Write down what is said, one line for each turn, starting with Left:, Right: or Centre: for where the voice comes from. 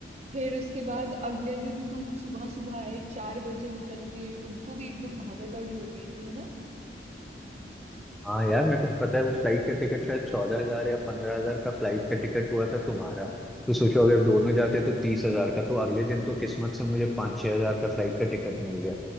Right: फिर उसके बाद अगले दिन तुम सुबह सुबह आए चार बजे निकल के तुमको भी एकदम भागा दौड़ी हो गई थी है ना
Centre: हाँ यार मेरे को पता है उस फ्लाइट का टिकट शायद चौदह हजार या पंद्रह हजार का फ्लाइट का टिकट हुआ था तुम्हारा तो सोचो अगर दोनों जाते तो तीस हजार का तो अगले दिन तो किस्मत से मुझे पाँच छह हजार का फ्लाइट का टिकट मिल गया